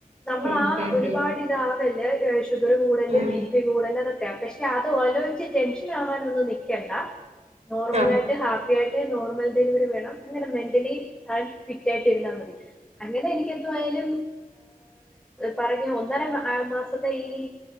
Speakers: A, in the centre; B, on the right.
A: നമ്മൾ
B: ഉം
A: ആ
B: ഉം
A: ഒരുപാട്
B: ഉം
A: ഇതാവല്ലേ, ഷുഗർ കൂടുല്ലേ
B: ഉം
A: ബീ കതൊക്കെ, പക്ഷെ അത്ആലോചിച്ച് ടെൻഷൻ ആവാനൊന്നും നിക്കണ്ട, നോർമലായിട്ട്
B: ആ
A: നോർൽ ഡെലിവറി വേണം അങ്ങനെ മെന്റലി ഹെൽത്ത്‌ ഫിറ്റ് ആയിട്ട് ഇരുന്നാൽ മതി, അങ്ങനെ എനിക്കന്തോ ന്തായാലും പറഞ്ഞ ഒന്നോ രണ്ടോ മാസത്തെ ഈ